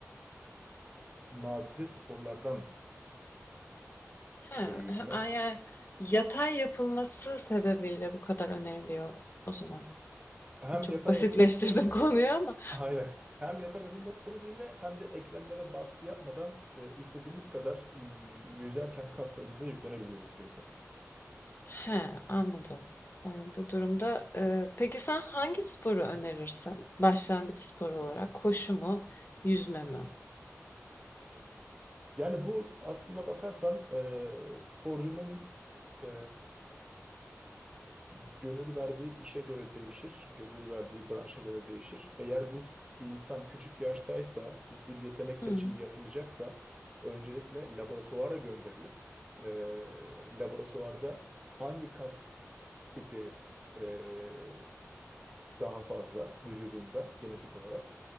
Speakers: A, on the right; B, on the left.
A: nadide sporlardandır
B: Ha,
A: yüzme.
B: ha, a- yani yatay yapılması sebebiyle bu kadar öneriliyor o zaman.
A: Hem
B: Hani Çok
A: yatay
B: basitleştirdim
A: yapılması sebebiyle
B: <laughs> konuyu ama.
A: Aynen. Hem yatay yapılması sebebiyle hem de eklemlere baskı yapmadan e, istediğimiz kadar y- yüzerken kaslarımıza yüklenebiliyoruz gözle.
B: He, anladım. E, bu durumda e, peki sen hangi sporu önerirsin? Başlangıç sporu olarak koşu mu, yüzme mi?
A: Yani bu aslında bakarsan e, sporcunun e, Gönül verdiği işe göre değişir, gönül verdiği branşa göre değişir. Eğer bu insan küçük yaştaysa, bir yetenek seçimi
B: Hmm,
A: yapılacaksa, öncelikle laboratuvara gönderilip, e, laboratuvarda hangi kas tipi e, daha fazla vücudunda genetik olarak.